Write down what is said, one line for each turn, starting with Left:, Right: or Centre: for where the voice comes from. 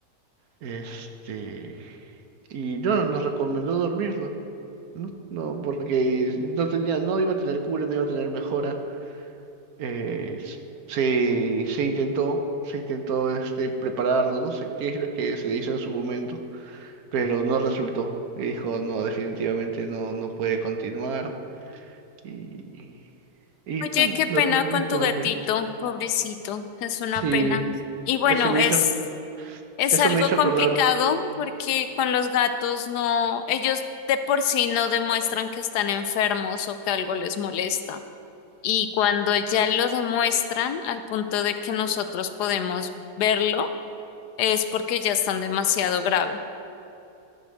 Right: Este, y no, nos recomendó dormirlo, ¿no? No, porque no tenía, no iba a tener cura, no iba a tener mejora. eh, s- se, se intentó, se intentó este, prepararlo, no sé qué es lo que se le hizo en su momento, pero no resultó. Y dijo, no, definitivamente no, no puede continuar. Y, y bueno,
Left: Oye, qué
Right: lo
Left: pena
Right: tuvieron
Left: con
Right: que
Left: tu
Right: dormir.
Left: gatito, pobrecito, es una
Right: Sí,
Left: pena. Y bueno,
Right: eso me
Left: es,
Right: hizo,
Left: es
Right: eso
Left: algo
Right: me hizo
Left: complicado
Right: acordar.
Left: porque con los gatos no, ellos de por sí no demuestran que están enfermos o que algo les molesta. Y cuando ya lo demuestran, al punto de que nosotros podemos verlo, es porque ya están demasiado grave.